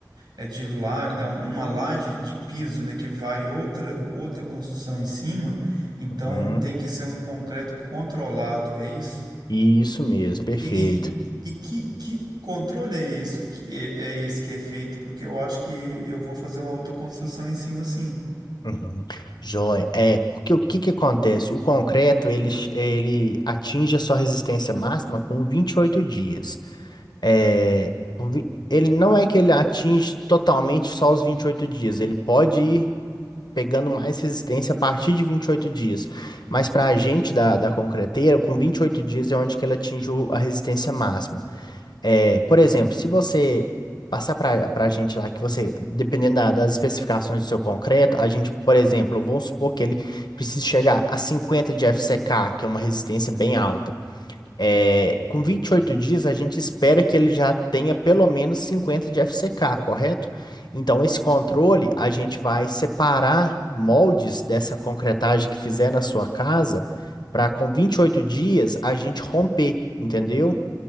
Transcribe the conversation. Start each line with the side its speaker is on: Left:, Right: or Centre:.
Right: é de lá é um- uma laje de piso, né, que vai outra outra construção em cima, então
Left: Uhum.
Right: tem que ser um concreto controlado, é isso?
Left: Isso mesmo, perfeito.
Right: E, e, e que, que controle é isso que é, é esse que é feito? Porque eu acho que eu vou fazer uma outra construção em cima, sim.
Left: Uhum. Joia. É, porque o que que acontece? O concreto, ele, ch- ele atinge a sua resistência máxima com 28 dias. É, com vi- ele não é que ele atinge totalmente só os 28 dias, ele pode ir pegando mais resistência a partir de 28 dias. Mas para a gente da, da concreteira, com 28 dias é onde que ele atinge o- a resistência máxima. É, por exemplo, se você passar para para a gente lá que você, dependendo da- das especificações do seu concreto, a gente, por exemplo, vamos supor que ele precise chegar a 50 de FCK, que é uma resistência bem alta. É, com 28 dias, a gente espera que ele já tenha pelo menos 50 de FCK, correto? Então, esse controle, a gente vai separar moldes dessa concretagem que fizer na sua casa, para com 28 dias a gente romper, entendeu?